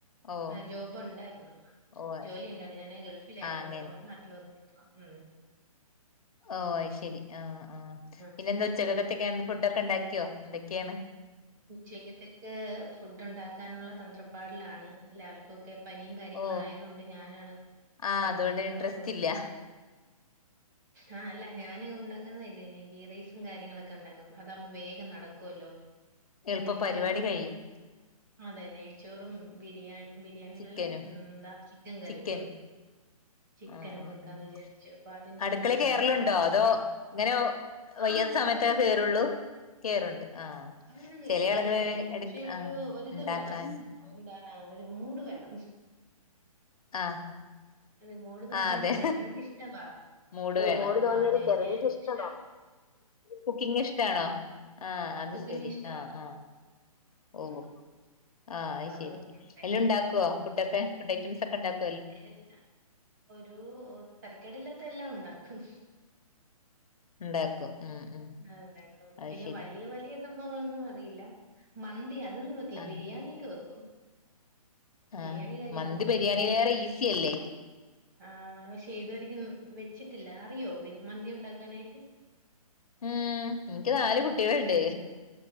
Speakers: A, on the left; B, on the right.
A: ഓ
B: ആഹ് ജോബൊണ്ടായിരുന്നു ആഹ്
A: ഓ ആഹ്
B: ജോലി ഒണ്ടായിരുന്നു ഞാന് ഗൾഫിലായിരുന്നു
A: അങ്ങനെ
B: ഇപ്പം നാട്ട് നാട്ടില് വന്ന് നിക്കുവാ ഉം
A: ഓഹ് അയ് ശരി ആഹ് ആഹ്
B: അങ്ങനെ
A: പിന്നെന്താ ഉച്ചക്കത്തൊക്കെ ഫുഡൊക്കെ ഇണ്ടാക്കിയോ എന്തൊക്കെയാണ്?
B: ഉച്ചയ്ക്കത്തേക്ക് ഫുഡ് ഉണ്ടാക്കാനുള്ള തന്ത്രപ്പാടിലാണ് എല്ലാർക്കൊക്കെ പനിയും കാര്യങ്ങളും
A: ഓ
B: ആയതോണ്ട് ഞാനാണ്
A: ആഹ്
B: ഇപ്പ അടുക്കളേക്കേറാൻ
A: അതുകൊണ്ട് ഇൻട്രസ്റ്റ്
B: പോകുന്നെ
A: ഇല്ല
B: ആഹ് അല്ല ഞാന് ഒണ്ടാക്കാന്ന് കരുതി ഇന്നെ ഗീ റൈസും കാര്യങ്ങളൊക്കെ ഒണ്ടാക്കും അതാവുമ്പോ വേഗം നടക്കുവല്ലോ
A: എളുപ്പം
B: നെയ്ച്ചോറും
A: പരിപാടി കഴിയും
B: അതെ നെയ്ച്ചോറും ബിരിയാണി ബിരിയാണിയല്ലല്ലോ
A: ചിക്കനും
B: ഉം എന്താ ചിക്കൻ കറി
A: ചിക്കന്
B: ഉം ചിക്കനും
A: ആഹ് ആഹ്
B: വെക്കാന്ന്
A: ആഹ്
B: വിചാരിച്ചു അപ്പൊ അതിന്റെ
A: അടുക്കളെ
B: ഒരു തന്ത്രപ്പാടില്
A: കേറലുണ്ടോ അതോ ഇങ്ങനെ വയ്യാത്ത
B: ആഹ് അടുക്കളെ
A: സമയത്തേ
B: കേറല്ണ്ട്
A: കേറുള്ളൂ കേറുണ്ട് ആഹ്
B: അങ്ങനെയൊന്നുല്ല
A: ചില
B: കേറൊക്കെ
A: ആളുകള്
B: ചെയ്യും
A: എടു
B: പക്ഷെ ഒരു
A: ആഹ്
B: ഒരിത്
A: ഉണ്ടാക്കാൻ
B: വേണം ഓ എന്താണ് ഒരു മൂട് വേണം
A: ആഹ്
B: ഒരു മൂഡ് തോന്നിയാല്
A: ആഹ് അതെ
B: കേറും. എനിക്കിഷ്ടവാ
A: മൂട്
B: ആഹാരം
A: വേണം മൂട് തോന്നിയാല്
B: പാചകം
A: <unintelligible>
B: ചെയ്യാൻ ഇഷ്ടാ.
A: തോന്നും കുക്കിംഗ് ഇഷ്ട്ടാണോ ആഹ് അത്
B: കുക്കിംഗ്
A: ശരി
B: ഇഷ്ടവാ.
A: ആഹ് ആഹ് ഓഹ്
B: ഉം.
A: ആഹ്
B: അപ്പൊ
A: അയ്
B: അതുകൊണ്ട്
A: ശെരി
B: കുഴപ്പല്ല.
A: എല്ലോം ഇണ്ടാക്കുവോ ഫുഡൊക്കെ ഫുഡ് ഐറ്റംസ് ഒക്കെ ഇണ്ടാക്ക്
B: <unintelligible> ഒരു തരക്കേടില്ലാത്ത എല്ലാം ഒണ്ടാക്കും
A: ഇണ്ടാക്കും ഉം ഉം
B: ആഹ് ഇണ്ടാക്കും
A: അത്
B: പിന്നെ
A: ശരി
B: വലിയ വലിയ സംഭവങ്ങളൊന്നും അറിയില്ല മന്തി അതൊന്നും വെക്ക് ക്കില്ല
A: ആഹ്
B: ബിരിയാണിയൊക്കെ വെക്കും
A: ആഹ്
B: ബിരിയാണി കാര്യങ്ങളൊക്കെ
A: മന്തി ബിരിയാണിലേറെ
B: വെക്കും പിന്നെ
A: ഈസിയല്ലേ
B: ആഹ് പക്ഷെ ഇതുവരക്കും വെച്ചിട്ടില്ല അറിയോ ബിര് മന്തി ഒണ്ടാക്കാനായിട്ട്
A: ഉം എനിക്ക് നാല് കുട്ടികളുണ്ട്